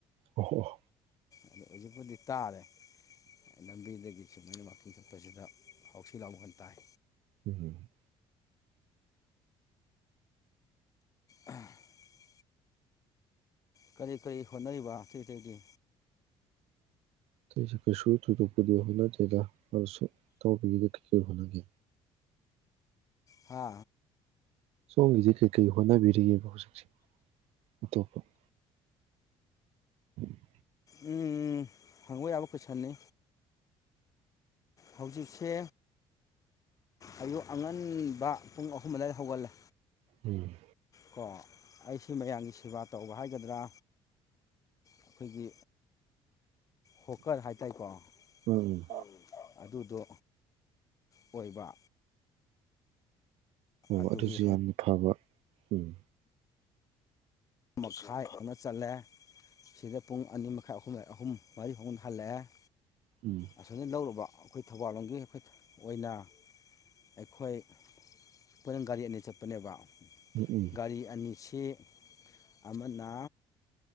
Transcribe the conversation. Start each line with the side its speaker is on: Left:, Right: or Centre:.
Right: ꯑꯣꯍ‌ꯣ
Left: ꯑꯗꯨ ꯍꯧꯖꯤꯛꯄꯨꯗꯤ ꯇꯥꯔꯦ ꯂꯝꯕꯤꯗꯒꯤ ꯁꯨꯃꯥꯏꯅ ꯋꯥꯛꯀꯤꯡ ꯆꯠꯄꯁꯤꯗ ꯍꯥꯎꯁꯤ ꯂꯥꯎ ꯃꯈ‌ꯣꯟ ꯇꯥꯏ
Right: ꯎꯍꯨꯝ
Left: ꯑ <unintelligible> ꯀꯔꯤ ꯀꯔꯤ ꯍꯣꯠꯅꯔꯤꯕ ꯑꯇꯩ ꯑꯇꯩꯒꯤ
Right: ꯑꯇꯩꯁꯨ ꯀꯩꯁꯨ ꯊꯣꯏꯗꯣꯛꯄꯗꯤ ꯍꯣꯠꯅꯗꯦꯗꯁꯨ ꯇꯧꯕꯒꯤꯗ ꯀꯩꯀꯩ ꯍꯣꯠꯅꯒꯦ
Left: ꯊꯥ
Right: ꯁꯣꯝꯒꯤꯗꯤ ꯀꯩꯀꯩ ꯍꯣꯠꯅꯕꯤꯔꯤꯒꯦꯕ ꯍꯧꯖꯤꯛꯁꯦ ꯑꯇꯣꯞꯄ ꯎꯝ <inaudible>
Left: ꯎꯝ ꯎꯝ ꯍꯪꯕ ꯌꯥꯕ ꯀꯣꯏꯁꯟꯅꯤ ꯍꯧꯖꯤꯛꯁꯦ ꯑꯌꯨꯛ ꯑꯉꯟꯕ ꯄꯨꯡ ꯑꯍꯨꯝ ꯑꯗꯨꯋꯥꯏꯗ ꯍꯧꯒꯠꯂꯦ
Right: ꯎꯝ
Left: ꯀꯣ ꯑꯩꯁꯤ ꯃꯌꯥꯝꯒꯤ ꯁꯦꯕꯥ ꯇꯧꯕ ꯍꯥꯏꯒꯗ꯭ꯔꯥ ꯑꯩꯈꯣꯏꯒꯤ ꯍꯣꯀꯔ ꯍꯥꯏ ꯇꯥꯔꯦꯀꯣ
Right: ꯎꯝ
Left: ꯎꯝ ꯑꯗꯨꯗꯣ ꯀꯩꯕ
Right: ꯎꯝ
Left: ꯑꯗꯨꯒꯤ
Right: ꯑꯗꯨꯁꯨ ꯌꯥꯝꯅ ꯐꯕ ꯎꯝ
Left: ꯃꯈꯥꯏ ꯑꯃ ꯆꯠꯂꯦ ꯁꯤꯗ ꯄꯨꯡ ꯑꯅꯤ ꯃꯈꯥꯏ ꯑꯍꯨꯝ ꯑꯍꯨꯝ ꯃꯔꯤ ꯐꯥꯎꯅ ꯍꯜꯂꯛꯑꯦ
Right: ꯎꯝ
Left: ꯑꯊꯟꯗ ꯂꯧꯔꯨꯕ ꯑꯩꯈꯣꯏ ꯊꯧꯕꯥꯜ ꯂꯣꯝꯒꯤ ꯑꯩꯈꯣꯏ ꯑꯣꯏꯅ ꯑꯩꯈꯣꯏ ꯄꯨꯟꯅ ꯒꯥꯔꯤ ꯑꯅꯤ ꯆꯠꯄꯅꯦꯕ
Right: ꯎꯝ ꯎꯝ
Left: ꯒꯥꯔꯤ ꯑꯅꯤꯁꯤ ꯑꯃꯅ